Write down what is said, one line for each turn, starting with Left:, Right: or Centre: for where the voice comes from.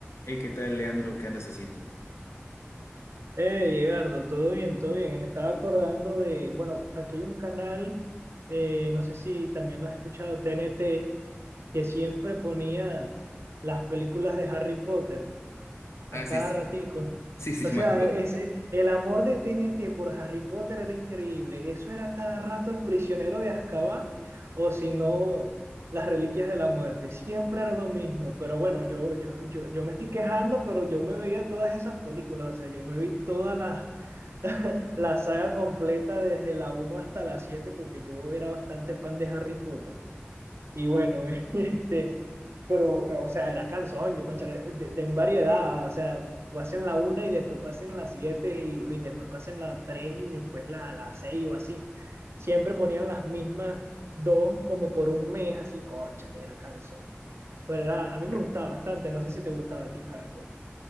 Left: Hey, ¿qué tal, Leandro? ¿Qué andas haciendo?
Right: Eh, Edgardo, todo bien, todo bien. Me estaba acordando de, bueno, aquí hay un canal, eh, no sé si también lo has escuchado, TNT, que siempre ponía las películas de Harry Potter a
Left: Ah,
Right: cada
Left: sí, sí,
Right: ratico.
Left: sí, sí,
Right: O sea,
Left: me acuerdo.
Right: e- ese, el amor de T N T por Harry Potter era increíble. Eso era cada rato el prisionero de Azkaban, o si no, las reliquias de la muerte. Siempre era lo mismo. Pero bueno, yo, yo, yo, yo me estoy quejando, pero yo me veía todas esas películas. O sea, yo me vi toda la, la saga completa desde la uno hasta la 7 porque yo era bastante fan de Harry Potter. Y bueno, <laughs> este, pero, o sea, era canción, yo, cónchale, de, de en variedad, o sea, pasen la una y después pasen la siete y, y después pasen la tres y después la, la seis o así. Siempre ponían las mismas dos como por un mes, así, cónchale, era canción. Pero era, a mí me
Left: <laughs>
Right: gustaba bastante, no sé si te gustaba a ti, Harry Potter.